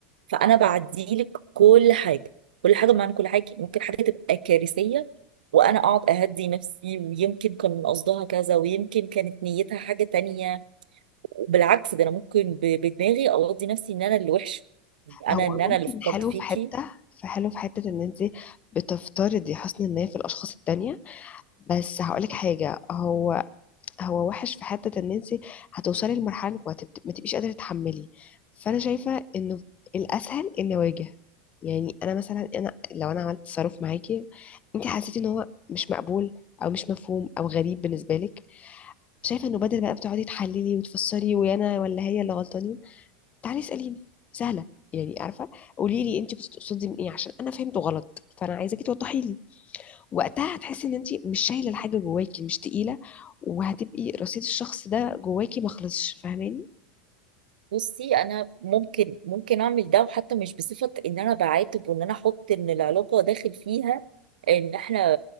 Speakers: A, on the right; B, on the left.
A: فانا بعديلك كل حاجه كل حاجه بمعنى كل حاجه ممكن حاجه تبقى كارثيه وانا اقعد اهدي نفسي ويمكن كان قصدها كذا ويمكن كانت نيتها حاجه تانية وبالعكس ده انا ممكن ب- بدماغي اقضي نفسي ان انا اللي وحش يعني
B: هو
A: انا ان انا
B: ممكن
A: اللي فكرت
B: حلو
A: فيكي
B: في حته فحلو في حته ان انت بتفترضي حسن النيه في الاشخاص التانية بس هقولك حاجه هو هو وحش في حتة ان انت هتوصلي لمرحلة انك ما تبت- ما تبقيش قادرة تتحملي فانا شايفة انه الاسهل ان اواجه يعني انا مثلا انا لو انا عملت تصرف معاكي انت حسيتي ان هو مش مقبول او مش مفهوم او غريب بالنسبة لك شايفة انه بدل بقى بتقعدي تحللي وتفسري ويا انا ولا هي اللي غلطانين تعالي اسأليني سهلة يعني عارفة قولي لي انت بتقصدي من ايه عشان انا فهمته غلط فانا عايزاكي توضحي لي وقتها هتحسي ان انت مش شايله الحاجه جواكي مش تقيله وهتبقي رصيد الشخص ده جواكي ما خلصش فاهماني
A: بصي انا ممكن ممكن اعمل ده وحتى مش بصفه ان انا بعاتب وان انا احط ان العلاقه داخل فيها ان احنا